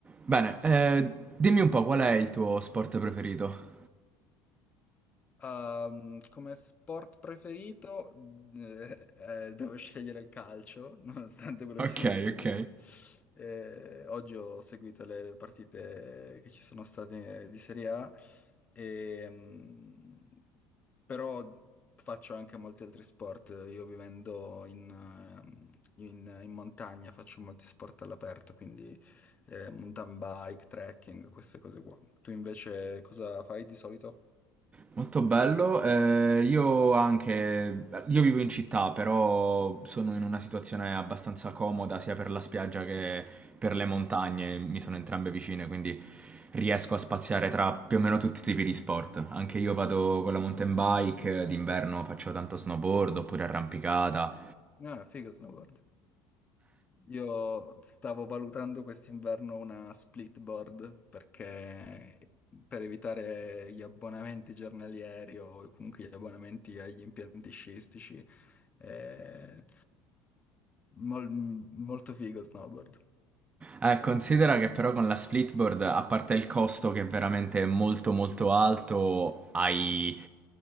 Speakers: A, on the right (about 20°); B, on the left (about 20°).
A: Bene, eh, dimmi un po' qual è il tuo sport preferito?
B: Ehm, come sport preferito, eh, eh, devo scegliere il calcio, <laughs> nonostante quello
A: Ok,
B: che ci siamo detti
A: ok.
B: prima. Eh, oggi ho seguito le partite che ci sono state di Serie A, ehm, però faccio anche molti altri sport. Io vivendo in, ehm, in- in montagna faccio molti sport all'aperto, quindi eh, mountain bike, trekking, queste cose qua. Tu invece cosa fai di solito?
A: Molto bello, eh, io anche, io vivo in città, però sono in una situazione abbastanza comoda sia per la spiaggia che per le montagne, mi sono entrambe vicine, quindi riesco a spaziare tra più o meno tutti i tipi di sport. Anche io vado con la mountain bike, eh, d'inverno faccio tanto snowboard oppure arrampicata,
B: Ah, figo snowboard. Io stavo valutando quest'inverno una split board perché per evitare gli abbonamenti giornalieri o comunque gli abbonamenti agli impianti sciistici, è mol- molto figo snowboard.
A: Eh, considera che però con la splitboard, a parte il costo che è veramente molto molto alto, hai